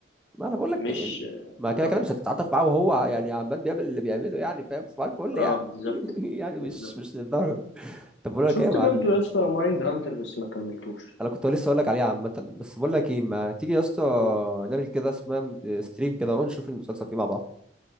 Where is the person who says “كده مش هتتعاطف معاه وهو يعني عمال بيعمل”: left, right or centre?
Centre